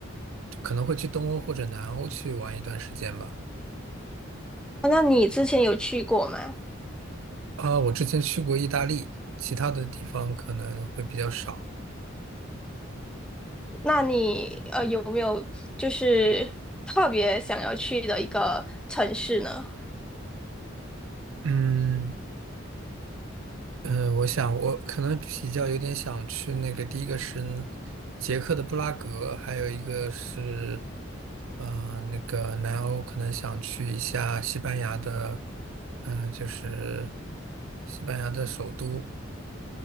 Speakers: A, on the right; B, in the centre.
A: 可能会去东欧或者南欧去玩一段时间吧。
B: 啊那你之前有去过吗？
A: 啊，我之前去过意大利，其他的地方可能会比较少。
B: 那你呃有没有就是特别想要去的一个城市呢？
A: 嗯，呃，我想我可能比较有点想去那个，第一个是捷克的布拉格，还有一个是。呃，那个南欧可能想去一下西班牙的，嗯，就是西班牙的首都，